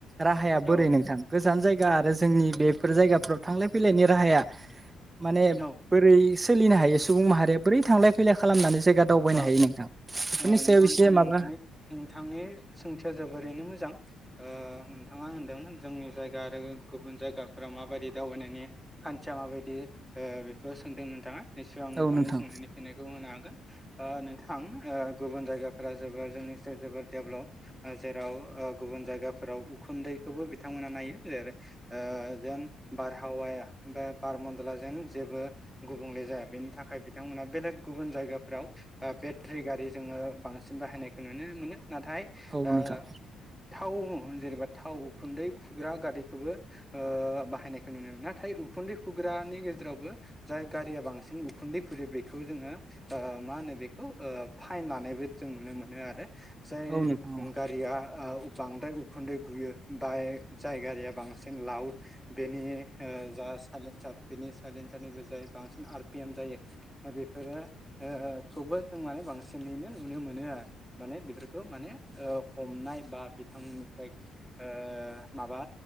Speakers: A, on the right; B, in the centre.
A: राहाया बोरै
B: औ
A: नोंथां गोजान जाय जाया आरो जोंनि बेफोर जायगाफोराव थांलाय फैलायनि राहाया माने
B: औ
A: बोरै सोलिनो हायो सुबुं माहारिया बोरै थांलाय फै फैलाय खालामनानै जो दावबायनो
B: औ
A: हायो नोंथां बेफोरनि
B: ओ
A: सायाव
B: नंगौ नोंथां
A: एसे माबा
B: नोंथांनि सोंथिया जोबोरैनो मोजां। मोजां ओ नोंथाङा होनदों जोंनि जायगा आरो गुबुन जायगाफोराव माबायदि दावबायनायनि खान्थिया माबायदि ओ बेखौ सोंदों नोंथाङा नसोरां नोंथांनि
A: औ नोंथां
B: सोंनायनि फिननायखौ होनो हा गोन। ओ नोंथां ओ गुबुन जायगा <unintelligible> दडेभलप जेराव गुबुन जायगाफोराव उखुन्दैखौबो बिथांमोना नायो जेरै ओ जेन बारहावाया बा बार मन्दला जेन जेबो गुबुंले जाया बेनि थाखाय बिथांमोना बेलेग गुबुन जायगाफोराव ओ बेटरि गारि जोङो बांसिन बाहायनाय नुनो मोनो। नाथाय
A: औ
B: ओह
A: नोंथां
B: थाव जेनेबा थाव उखुन्दै खुग्रा गारिखौबो बाहायनायखौ नुनो मोनो नाथाय उखुन्दै खुग्रानि गेजेरावबो जाय गारिया बांसिन उखुन्दै खुंदो बेखौ जोङो मा होनो बे बे खौ फाइन लानायबो जों नुनो मोनो आरो जाय
A: औ नोंथां औ
B: गारिया ओ बांद्राय उ उखुन्दै गुयो बाय जाय गारिया बांसिन लाउड बेनि ओ जा साइलेन्सार बेनि साइलेन्सारनिबो जाय बांसिन आर पि एम जायो बेफोरो ओ खौबो जों माने बांसिनैनो नुनो मोनो आरो माने बेफोरखौ माने ओ हमनाय बा बिथांमोन <unintelligible> ओह माबा